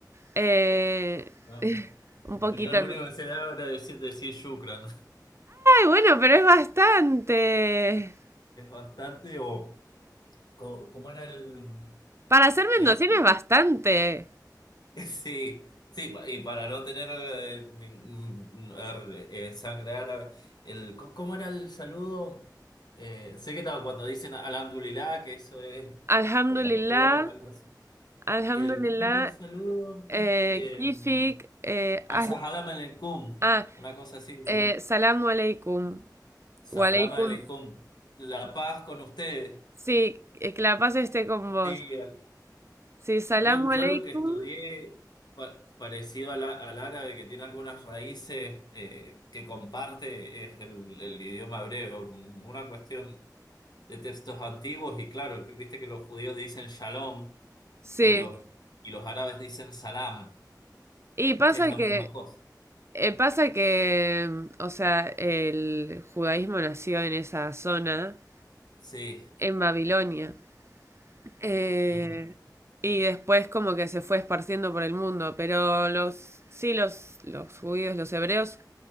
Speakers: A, on the right; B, on the left.
A: Eh,
B: Vamos.
A: <laughs> un poquito.
B: Yo lo
A: Ay,
B: único que sé era decir, decir shukran. <laughs>
A: bueno, pero es bastante.
B: Es bastante, o co- ¿cómo era el,
A: Para ser mendocino
B: el-
A: es bastante.
B: <laughs> Sí, sí, pa- y para no tener eh, ningún- er, eh, sangre árabe, el, co- ¿cómo era el saludo? Eh, sé que estaba cuando dicen alhamdulillah, que eso es
A: Alhamdulillah.
B: por, por Dios, algo así.
A: Alhamdulillah.
B: El, ¿cómo era el saludo?
A: Eh,
B: Em,
A: kifik. Eh, ah,
B: Ah, Salam aleikum,
A: ah,
B: una cosa así.
A: eh, salamu alaikum.
B: Salam
A: Wa alaikum.
B: aleikum. La paz con ustedes.
A: Sí, eh, que la paz esté con vos.
B: Sí, al-
A: Sí, salamu
B: yo, yo
A: alaikum.
B: lo que estudié pa- parecido al, a- al árabe, que tiene algunas raíces eh, que comparte, es el, el idioma hebreo. Una cuestión de textos antiguos y claro, que viste que los judíos dicen shalom
A: Sí,
B: y los, y los árabes dicen salam,
A: y
B: que,
A: pasa
B: que es la
A: que,
B: misma cosa.
A: eh, pasa que, mm, o sea, el judaísmo nació en esa zona,
B: Sí,
A: en Babilonia, eh,
B: ujú.
A: y después como que se fue esparciendo por el mundo, pero los, sí, los, los judíos, los hebreos,